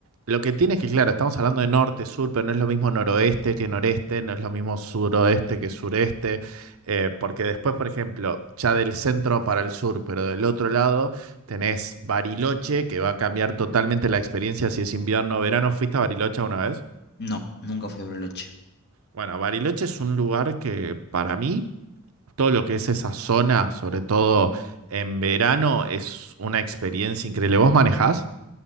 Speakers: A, on the right; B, on the left.
A: lo que tiene es que, claro, estamos hablando de norte, sur, pero no es lo mismo noroeste que noreste, no es lo mismo suroeste que sureste, eh, porque después, por ejemplo, ya del centro para el sur, pero del otro lado tenés Bariloche, que va a cambiar totalmente la experiencia si es invierno o verano. ¿Fuiste a Bariloche una vez?
B: No, nunca fui a Bariloche.
A: Bueno, Bariloche es un lugar que para mí todo lo que es esa zona, sobre todo en verano, es una experiencia increíble. ¿Vos manejás?